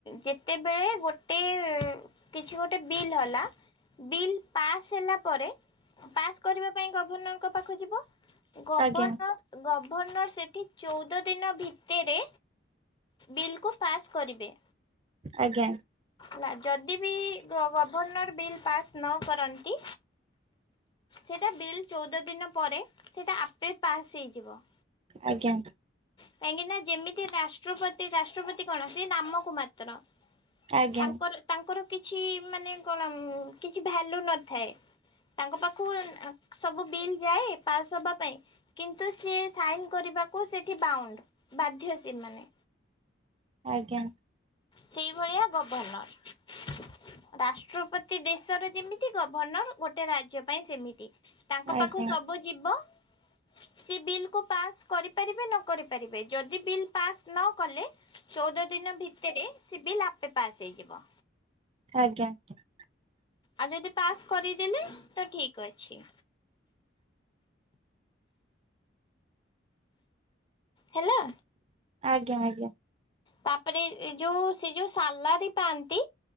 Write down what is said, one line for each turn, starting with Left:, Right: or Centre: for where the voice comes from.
Left: ଯେତେବେଳେ ଗୋଟେ କିଛି ଗୋଟେ ବିଲ୍ ହେଲା ବିଲ୍ ପାସ୍ ହେଲା ପରେ ପାସ୍ କରିବା ପାଇଁ ଗଭର୍ଣ୍ଣରଙ୍କ ପାଖକୁ ଯିବ। ଗଭର୍ଣ୍ଣର
Right: ଆଜ୍ଞା
Left: ଗଭର୍ଣ୍ଣର ସେଠି ଚଉଦ ଦିନ ଭିତରେ ବିଲ୍କୁ ପାସ୍ କରିବେ।
Right: ଆଜ୍ଞା।
Left: ନା ଯଦି ବି ଗଭର୍ଣ୍ଣର ବିଲ୍ ପାସ୍ ନ କରନ୍ତି ସେଟା ବିଲ୍ ଚଉଦ ଦିନ ପରେ ସେଇଟା ଆପେ ପାସ ଯିବ।
Right: ଆଜ୍ଞା।
Left: କାହିଁକି ନା ଯେମିତି ରାଷ୍ଟ୍ରପତି ରାଷ୍ଟ୍ରପତି କଣ ସେ ନାମକୁ ମାତ୍ର।
Right: ଆଜ୍ଞା
Left: ତାଙ୍କର ତାଙ୍କର କିଛି ମାନେ କଣ ଉଁ କିଛି ଭାଲ୍ୟୁ ନଥାଏ। ତାଙ୍କ ପାଖକୁ ଉଁ ସବୁ ବିଲ ଯାଏ ପାସ ହବା ପାଇଁ କିନ୍ତୁ ସିଏ ସାଇନ କରିବାକୁ ସେଠି ବାଉଣ୍ଡ ବାଧ୍ୟ ସେ ମାନେ।
Right: ଆଜ୍ଞା।
Left: ସେଇ ଭଳିଆ ଗଭର୍ଣ୍ଣର। ରାଷ୍ଟ୍ରପତି ଦେଶର ଯେମିତି ଗଭର୍ଣ୍ଣର ଗୋଟେ ରାଜ୍ୟ ପାଇଁ ସେମିତି। ତାଙ୍କ
Right: ଆଜ୍ଞା ଆଜ୍ଞା।
Left: ପାଖକୁ ସବୁ ଯିବ ସେ ବିଲ କୁ ପାସ କରି ପାରିବେ ନ କରି ପାରିବେ ଯଦି ବିଲ ପାସ ନ କଲେ ଚଉଦ ଦିନ ଭି ରେ ସେ ବିଲ ଆପେ ପାସ ହେଇଯିବ।
Right: ଆଜ୍ଞା ଆ <inaudible>
Left: ଆଉ ଯଦି ପାସ କରିଦେଲେ ତ ଠିକ ଅଛି। ହ୍ୟାଲୋ।
Right: ଆଜ୍ଞା ଆଜ୍ଞା।
Left: ତାପରେ ଏ ଯୋଉ ସେ ଯୋଉ ସାଲାରି ପାଆ ନ୍ତି